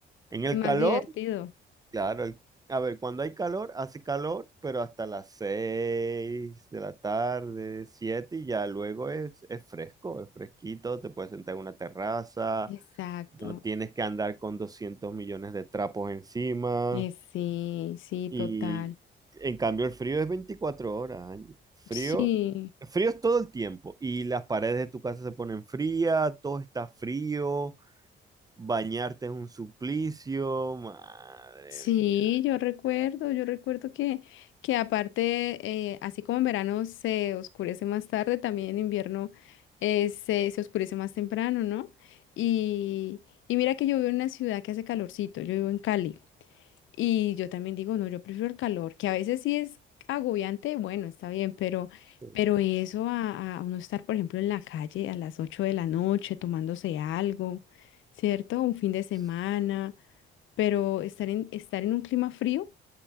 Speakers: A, on the right; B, on the left.
A: En el
B: Es más
A: calor
B: divertido.
A: Claro, el- a ver, cuando hay calor, hace calor, pero hasta las 6 de la tarde, 7 y ya luego es, es fresco, es fresquito, te puedes sentar en una terraza,
B: Exacto.
A: no tienes que andar con 200 millones de trapos encima
B: Eh, sí, sí,
A: y
B: total.
A: en cambio el frío es 24 horas, Ángel. frío,
B: Sí,
A: frío es todo el tiempo y las paredes de tu casa se ponen frías, todo está frío, bañarte es un suplicio, madre
B: sí,
A: mía.
B: yo recuerdo, yo recuerdo que, que aparte, eh, así como en verano se oscurece más tarde, también en invierno eh, se, se oscurece más temprano, ¿no? Y, y mira que yo vivo en una ciudad que hace calorcito, yo vivo en Cali. Y yo también digo, no, yo prefiero el calor, que a veces sí es agobiante, bueno, está bien, pero,
A: sí.
B: pero eso a, a uno estar, por ejemplo, en la calle a las 8 de la noche tomándose algo, ¿cierto? Un fin de semana,
A: sí.
B: pero estar en, estar en un clima frío